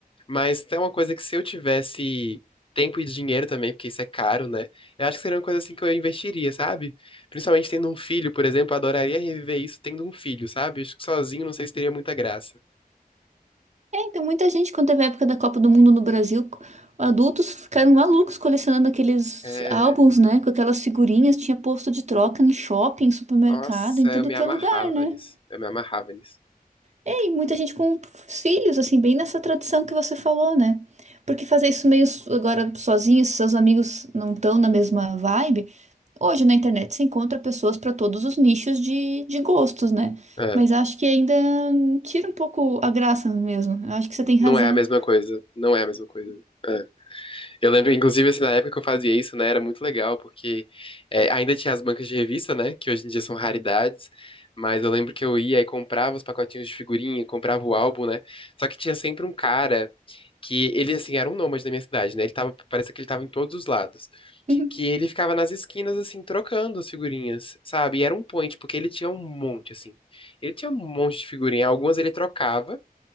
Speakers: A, on the left; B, on the right.
A: mas é uma coisa que se eu tivesse tempo e dinheiro também, porque isso é caro, né? Eu acho que seria uma coisa assim que eu investiria, sabe? Principalmente tendo um filho, por exemplo, eu adoraria reviver isso tendo um filho, sabe? Acho que sozinho não sei se teria muita graça.
B: É, então muita gente, quando teve a época da Copa do Mundo no Brasil, adultos ficaram malucos colecionando aqueles
A: É...
B: álbuns, né? Com aquelas figurinhas, tinha posto de troca em shopping, supermercado,
A: Nossa,
B: em tudo
A: eu me
B: que
A: amarrava
B: é lugar, né?
A: nisso. Eu me amarrava nisso.
B: E aí, muita gente com filhos, assim, bem nessa tradição que você falou, né? Porque fazer isso meio so- agora sozinho, se seus amigos não estão na mesma vibe, hoje na internet se encontra pessoas para todos os nichos de, de gostos, né?
A: É.
B: Mas acho que ainda hum, tira um pouco a graça mesmo. Acho que você tem razão.
A: Não é a mesma coisa. Não é a mesma coisa. É. Eu lembro, inclusive, assim, na época que eu fazia isso, né, era muito legal, porque é, ainda tinha as bancas de revista, né, que hoje em dia são raridades, mas eu lembro que eu ia e comprava os pacotinhos de figurinha, comprava o álbum, né, só que tinha sempre um cara que ele, assim, era um nômade da minha cidade, né, ele tava, parece que ele tava em todos os lados,
B: <laughs>
A: que ele ficava nas esquinas, assim, trocando as figurinhas, sabe, e era um point, porque ele tinha um monte, assim, ele tinha um monte de figurinha, algumas ele trocava,